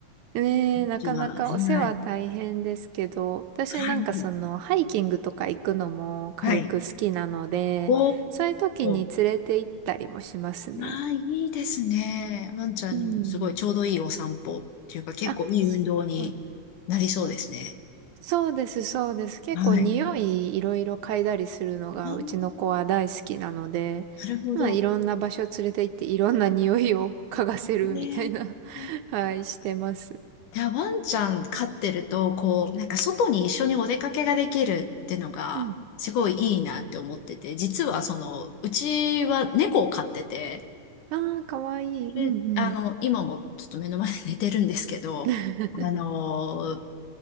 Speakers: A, on the right; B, on the left.
A: ねえ、
B: うちははい。
A: なかなかお世話大変ですけど、私なんかそのハイキングとか行くのも軽く好きなので、
B: はい。はい。お
A: そういう時に連れて行ったりもしますね。
B: ー。ああ、いいですね。ワンちゃんにすごいちょうどいいお散歩っていうか結構いい運動になりそうですね。
A: うん。あ、そうそうです、そうです。結構匂いいろいろ嗅いだりするのがうちの子は大好きなので、
B: はい。うんなるほど。
A: まあいろんな場所連れて行っていろんな匂いを嗅がせるみたいな
B: ね。ね
A: <laughs> はい、してます。
B: でワンちゃん飼ってると、こう、なんか外に一緒にお出かけができるっていうのが、
A: うん。
B: すごいいいなって思ってて、実はその、うちは猫を飼ってて、
A: ああ、かわいい。うんうん。
B: であの、今もちょっと目の前で寝てるんですけど、
A: <laughs>
B: あの